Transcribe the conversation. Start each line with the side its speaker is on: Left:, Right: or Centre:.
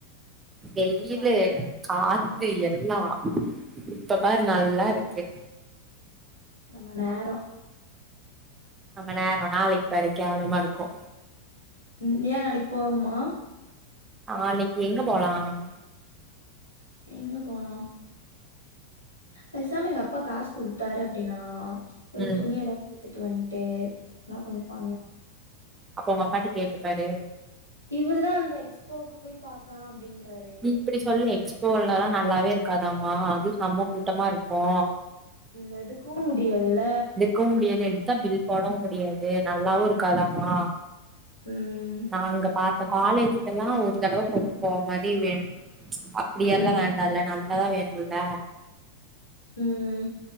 Right: வெயிலு
Left: மண்ணெல்லா
Right: காத்து
Left: ம்
Right: எல்லா இப்ப பாரு நல்லா இருக் கு
Left: நம்ம நேரோ
Right: நம்ம நேரோ நாளைக் பாரு கேவலமா இருக்கு
Left: ம் ஏ நாளைக் போவமா
Right: நாளைக்கி எங்க போகலாம்
Left: எங்க போகலா பேசாம எங்க அப்பா காசு குடுத்தாரு அப்டினா போய்
Right: ம்
Left: துணி எல்லா எடுத்துட்டு வந்ட்டு எல்லா கொஞ்சோ பண்லா
Right: அப்பொ ஒங்க அப்பாட்ட கேட்டுப்பாரு
Left: இவருதா அந்த எக்ஸ்போக்கு போய் பாக்கலா அப்டிங்குறாரே
Right: நீ இப்டி சொல்லு எக்ஸ்போலல்லா நல்லாவே இருக்காதாமா அது செம்ம கூட்டமா இருக்கு
Left: ம் எடுக்கவு முடியாதுல்ல
Right: கவு முடியாது எடுத்தா பில் போடவு முடியாது நல்லாவு இருக்காதாமா
Left: ம்.
Right: நாங்க பாத்த காலேஜுக்கெல்லா ஒரு தடவ போட்டு போவ மாரி வேணு அ இப்டியெல்லா
Left: ம்.
Right: வேண்டால்ல நல்லதா வேணுல்ல
Left: ம்